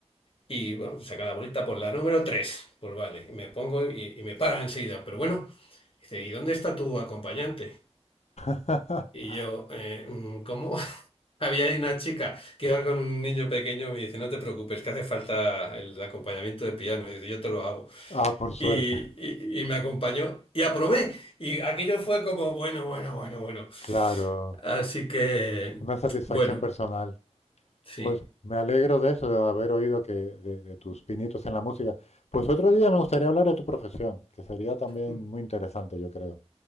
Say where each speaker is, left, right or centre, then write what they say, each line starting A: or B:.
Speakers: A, on the left; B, on the left.
A: Y bueno, saca la bolita por la número tres Pues vale, y me pongo y, y me paran enseguida. Pero bueno, dice, ¿y dónde está tu acompañante?
B: <laughs>
A: Y yo, eh, mm, ¿cómo? <laughs> Había ahí una chica que iba con un niño pequeño y me dice, no te preocupes, que hace falta el acompañamiento de piano. Y dice, yo te lo hago
B: Ah, por suerte.
A: y, y- y me acompañó y aprobé. Y aquello fue como, bueno, bueno, bueno, bueno.
B: Claro,
A: Así que,
B: una satisfacción
A: bueno,
B: personal.
A: sí,
B: Pues me alegro de eso, de haber oído que de, de tus pinitos en la música. Pues otro día me gustaría hablar de tu profesión, que sería también
A: m-
B: muy interesante, yo creo.